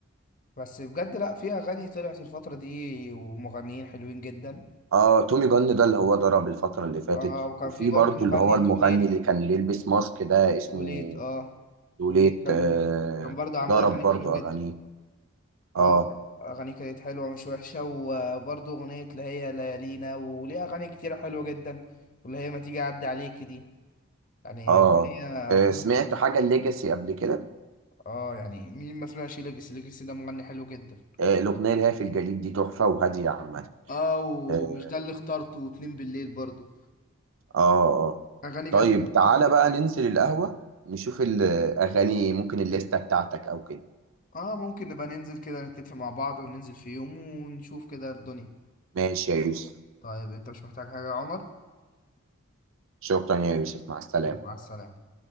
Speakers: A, on the left (about 40°); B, on the right (about 70°).
A: بس بجد لا في اغاني طلعت الفترة دي ومغنيين حلوين جدا
B: آه تومي جن ده اللي هو ضرب الفترة اللي فاتت
A: اه وكان
B: وفي
A: في برضو
B: برضو
A: مغني
B: اللي هو المغني
A: تو ليت
B: اللي كان بيلبس ماسك ده اسمه
A: تو ليت اه
B: دوليت
A: تو ليت كان
B: آه
A: كان برضو عامل
B: ضرب
A: اغاني
B: برضو
A: حلوة جدا
B: أغانيه اه
A: اه اغانيه كانت حلوه مش وحشه وبرضه اغنيه اللي هي ليالينا وليه اغاني كتير حلوه جدا واللي هي ما تيجي اعدي عليكي دي يعني
B: اه
A: هي
B: آه،
A: أغنية-
B: سمعت حاجة الليجاسي قبل كده
A: اه يعني مين ما سمعش ليجاسي ليجاسي ده مغني حلو جدا
B: آه، الأغنية اللي هي في الجليد دي تحفة وهادية عامة
A: اه ومش
B: اه
A: ده اللي اخترته واتنين بالليل برضه
B: اه آه.
A: اغاني
B: طيب
A: جميله
B: تعالى بقى ننزل القهوة نشوف الأغاني ممكن الليستة بتاعتك أو كده
A: اه ممكن نبقى ننزل كده نتفق مع بعض وننزل في يوم ونشوف كده الدنيا
B: ماشي يا يوسف
A: طيب انت مش محتاج حاجه يا عمر
B: شكرا يا يوسف مع السلامة
A: مع السلامه